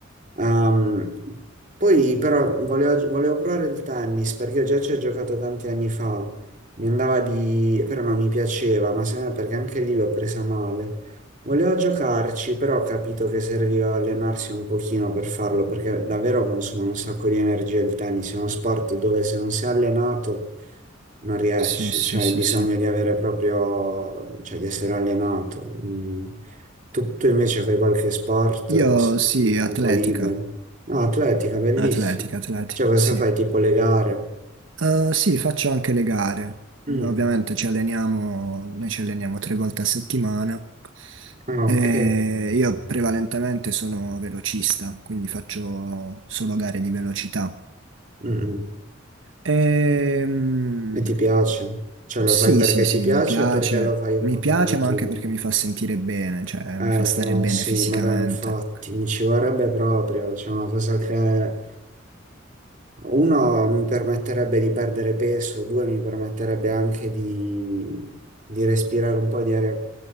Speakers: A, on the right; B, on the right.
A: Ehm, poi però volevo, volevo provare il tennis perché io già ci ho giocato tanti anni fa. Mi andava di... però non mi piaceva, ma secondo me perché anche lì l'ho presa male. Volevo giocarci, però ho capito che serviva allenarsi un pochino per farlo, perché davvero consuma un sacco di energia il tennis, è uno sport dove se non sei allenato non riesci,
B: Sì, sì,
A: cioè
B: sì,
A: hai bisogno
B: sì.
A: di avere proprio, cioè di essere allenato. Mm. Tu, tu invece fai qualche sport
B: Io
A: così
B: sì,
A: nel tempo
B: atletica.
A: libero. No, atletica, bellissimo.
B: Atletica, atletica,
A: Cioè cosa
B: sì.
A: fai? Tipo le gare?
B: Eh, sì, faccio anche le gare.
A: Mm.
B: Ovviamente ci alleniamo, noi ci alleniamo tre volte a settimana.
A: Ah,
B: E
A: ok.
B: io prevalentemente sono velocista, quindi faccio solo gare di velocità.
A: Mm, mm.
B: Ehm,
A: E ti piace? Cioè lo
B: sì,
A: fai perché
B: sì, sì,
A: ti piace
B: mi piace.
A: o perché lo fai un
B: Mi
A: po'
B: piace,
A: per abitudine?
B: ma anche perché mi fa sentire bene, cioè
A: Eh,
B: mi fa stare
A: tra
B: bene
A: sì,
B: fisicamente.
A: ma dai, infatti, mi ci vorrebbe proprio, c'è una cosa che Uno mi permetterebbe di perdere peso, due mi permetterebbe anche di, di respirare un po' di aria,